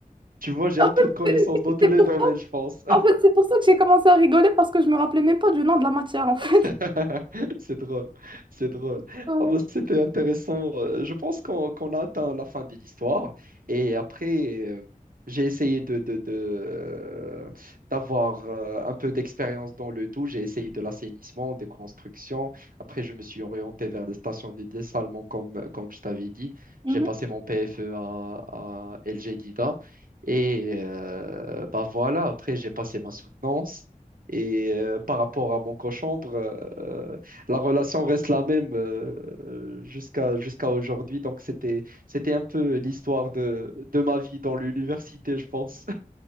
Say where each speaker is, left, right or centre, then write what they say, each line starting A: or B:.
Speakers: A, on the right; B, on the right.
A: Tu vois, j'ai
B: En
A: un
B: fait,
A: peu de connaissances
B: c'est
A: dans
B: c'est-
A: tous
B: c'est
A: les
B: pour...
A: domaines, je pense.
B: en fait, c'est pour ça que j'ai commencé à rigoler parce que je me rappelais même pas du nom de la matière, en fait.
A: <laughs> C'est drôle, c'est drôle.
B: Ouais.
A: Ah bah, c'était intéressant. Euh, Je pense qu'on qu'on a atteint la fin de l'histoire. Et après, euh, j'ai essayé de, de, de, euh, d'avoir euh, un peu d'expérience dans le tout. J'ai essayé de l'assainissement, des constructions. Après, je me suis orienté vers les stations de dessalement, comme, euh, comme je t'avais dit.
B: Mhm.
A: J'ai passé mon PFE à, à LG Dida. Et euh, bah voilà, après, j'ai passé ma soutenance. Et euh, par rapport à mon cochambre, euh, euh, la relation reste la même euh, euh, jusqu'à jusqu'à aujourd'hui. Donc c'était c'était un peu l'histoire de, de ma vie dans l'université, je pense.